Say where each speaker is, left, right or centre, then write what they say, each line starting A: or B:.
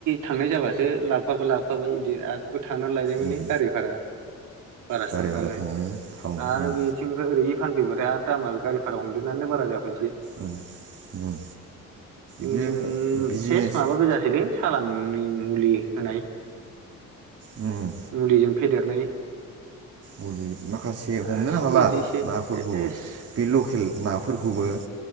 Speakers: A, on the right; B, on the right.
A: थांनाय जाबासो लाबोफाबा लाबोफाबाय बिरादबो थांनानै लायबाय माने
B: उम
A: गारि भारा बारासो
B: बारे
A: थाङो नालाय
B: बारे टाउन
A: आरो
B: उम
A: बे थिंनिफ्राय ओरै फानफैबायथाय आरो दामा गारि भारा हमदेरनानै बारा जाफैनोसै
B: उम उम
A: जोंनिथिं
B: बियो बिजनेस
A: सेस माबा गोजासोलै सालांनि मुलि होनाय
B: उम
A: मुलिजों फेदेरनाय
B: मुलि माखासे
A: गासिबो
B: हमनोनो हाला
A: बिदिसै
B: नाफोरखौ
A: सेस
B: बै लकेल नाफोरखौबो